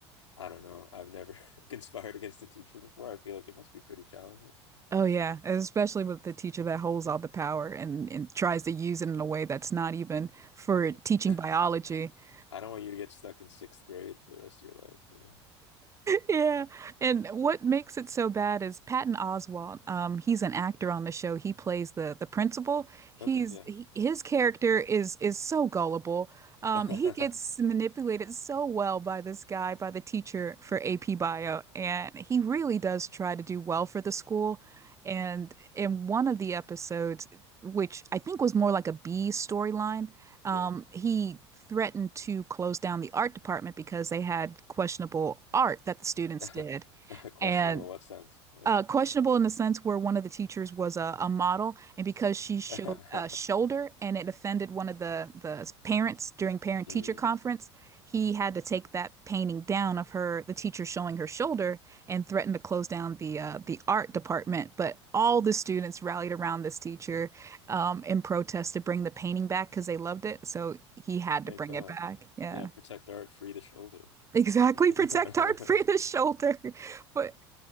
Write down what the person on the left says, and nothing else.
I don't know. I've never <laughs> conspired against a teacher before. I feel like it must be pretty challenging.
Yeah.
<laughs>
I don't want you to get stuck in sixth grade for the rest of your life, you know?
Okay,
yeah.
<laughs>
Yeah.
<laughs>
Questionable
in what sense? Like,
<laughs>
Mm,
thank
God.
Yeah, protect
art, free the shoulder.
<laughs>